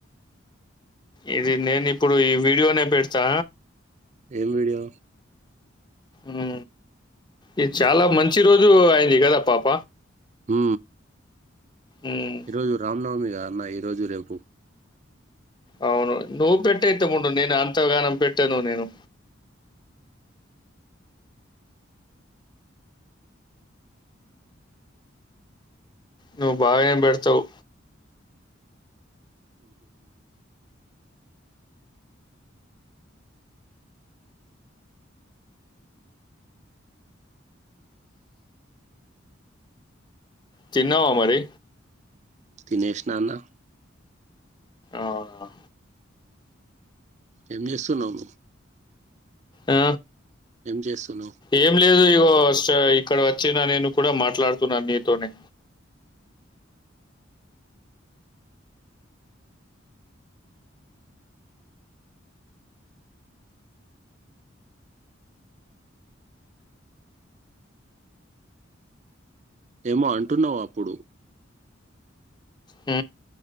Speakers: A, on the left (about 25°); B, on the right (about 35°).
A: ఇది నేను ఇప్పుడు ఈ వీడియోనే పెడతా
B: ఏం వీడియో
A: ఊ ఇది చాలా మంచి రోజు అయింది కదా పాప
B: ఊ
A: ఉమ్.
B: ఈరోజు రామ్నవమి కదా అన్న రోజు రేపు
A: అవును నువ్వు పెట్టయితే ముందు నేను అంతగానం పెట్టాను నేను నువ్వు బాగెం పెడ్తావ్ తిన్నావా మరి
B: తినేషిన అన్న
A: అవున
B: ఏం చేస్తున్నావ్
A: ఆ
B: చేస్తున్నావు
A: ఏం లేదు ఇగో ఇక్కడ వచ్చిన నేను కూడా మాట్లాడుతున్నాను నీతోటె
B: ఏమో అంటున్నావు అప్పుడు
A: ఊ